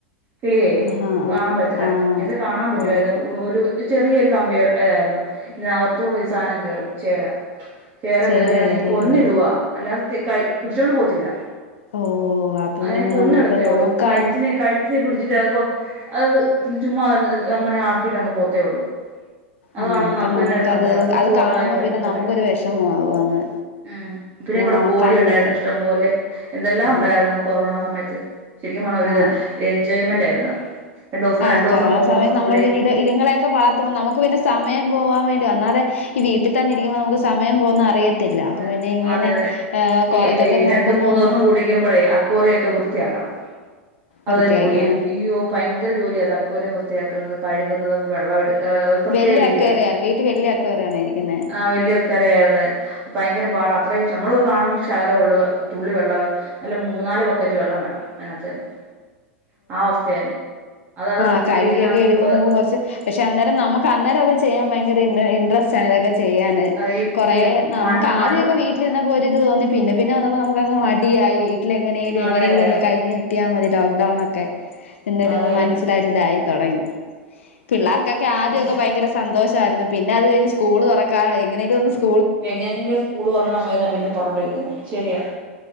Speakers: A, on the right; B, on the left.
A: കിളിയേ
B: ആഹ് ആഹ്
A: കാണാൻ പറ്റ്ല്ല
B: ആഹ് ആഹ്
A: നേത്തെ കാണാൻ പറ്റുവരുന്നു
B: ഓ
A: ഒരു ചെറിയൊരു കമ്പി ഏതായിരുന്നു പിന്നെഅത്തുകൂടെ ഇ സാനം കേറും ചേരാ ചേര
B: ചേറ
A: കേയറിയാണെങ്കിൽ
B: ഏറെയല്ലേ
A: കൊന്നിടുവാ അല്ലാതെ തി കയ് പിടിച്ചോണ്ട് പോത്തില്ല.
B: ഓ അപ്പം
A: അതിനെ
B: പിന്നെ
A: കൊന്നിടത്തേള്ളു
B: നമുക്ക് നോക്കാന്
A: കഴുത്തിനെ കഴുത്തിനെ പിടിച്ചിട്ട് <unintelligible> കൊ അഹ് ചുമ്മാ അങ്ങനെ ആക്കിട്ട് അങ്ങ് പോത്തേള്ളൂ. അത്
B: ആഹ്
A: വേണ
B: അപ്പൊ
A: നമുക്ക്ന്നെ
B: നമുക്കത്
A: ഒരു സങ്കടം കൂട്ർന്നയിട്ട്
B: അത് കാണുമ്പോ
A: കിടക്കുമ്പോളേ
B: പിന്നെ നമുക്കൊരു വിഷമാവും അങ്ങ്
A: അഹ് പിന്നെ കൂടെ
B: നോക്കാനും
A: കോഴിണ്ടായിരുന്നു
B: ഒക്കെ
A: ഇഷ്ടംപോലെ എന്തെല്ലാം
B: ആഹ്
A: ഉണ്ടായിരുന്നു കൊറോണ സമയത്ത് ശരിക്കും പറഞ്ഞാ ഒരു
B: ആഹ്
A: എൻജോയ്മെന്റ് ആയിരുന്നു രണ്ടു ദിവസം
B: ആഹ്
A: രണ്ടു ദിവസം
B: കൊറണ
A: മൂന്ന്
B: സമയ
A: ദിവസം
B: നമ്മൾ
A: കൂടി
B: പിനെ ഇത് ഇതിങ്ങളൊക്കെ വളർത്തുമ്പോ നമുക്ക് പിന്നെ സമയം പോവാൻ വേണ് ഒന്നാതെ ഈ വീട്ടിതന്നെ ഇരിക്കുമ്പോ നമക്ക് സമയം പോകുന്ന അറിയ ത്തില്ല അപ്പൊ
A: അതെ
B: പിന്നെ ഇങ്ങനെ
A: അതെ അതെ
B: ഏ കൊ
A: ഈ
B: ഇതൊക്കെ
A: ഈ
B: നോക്കുമ്പോ
A: രണ്ടും മൂന്ന്
B: ഒന്നൂടെ
A: ദിവസം കൂടിക്കുമ്പോളേ അക്വേറിയൊക്കെ വൃത്തിയാക്കണം അതൊരു
B: വൃത്തിയാക്കി
A: ജോലിയാ
B: ആഹ്
A: യ്യോ ഭയങ്കര ജോലിയാ അക്കോറിയ വൃത്തിയാക്കുന്നത് കഴുകുന്നതും വെള്ളട്ട് ഏ ഒരു പ്രത്യേക
B: വല്യ
A: രീതിയ
B: അക്വേറിയാണ് വീട്ടിൽ വല്യ അക്വേറിയാണോ ഇരിക്കുന്നേ
A: ആ വല്യൊക്കെറിയായിരുന്നു ഭയങ്കര പാടാ അത്രയും ച്ച അമ്മള് കാണുമ്പ ശകലെള്ളൂ തുള്ളി വെള്ളവേ അതില് മൂന്നാല് ബക്കറ്റ് വെള്ളം വേണം. അനത്ത് തന്നെ ആ അവസ്ഥയായിരുന്നു അത് അത്
B: ആഹ്
A: ക്ലീൻ
B: കഴുകിയൊക്കെ
A: ആക്കി
B: എടുക്കുമ്പോ
A: ഏ
B: നമുക്ക് കുറച്ച് പക്ഷെ അന്നേരം നമുക്ക് അന്നേരം ഒക്കെച് ചെയാൻ ഭയങ്ക ഇട്ര ഇട്രസ്റ്റാ അതൊക്കെ ചെയ്യാന്
A: ഈ
B: കൊറേ
A: ഈ
B: നമുക്ക്
A: മണ്ണ് മണ്ണ്
B: ആദ്യോക്കെ വീട്ടിൽര്ന്ന പോ പ്‌ ഇത് തോന്നി പിന്നെപിന്നെ വന്നപോ നമുക്ക് അങ്ങ് മടിയായി വീട്ല് എങ്ങനേലു
A: അതെ
B: എങ്ങാനേലതൊന്ന്
A: അതെ അതെ
B: കഴിഞ്ഞ് കിട്ടിയാ മതി ലോക്ക്ഡൗൺൊക്കെ ഇന്നൊരു
A: അത് തന്നെ
B: മനസ്സിലൊരു ഇതായി തുടങ്ങി പിള്ള എനിക്ക് ആദ്യക്കെ
A: പിന്നെ
B: ഭയങ്കര സന്തോഷായിരുന്നു പിന്നെ അത് കഴിഞ്ഞ് സ്കൂൾതുറക്കാറായി എങ്ങനെലും ഒന്ന് സ്കൂൾ
A: എങ്ങനെങ്കിലും സ്കൂൾ തുറന്നാ മതിന്നാ പിന്നെ പറഞ്ഞോണ്ടിരിക്കുന്നേ ശരിയാ.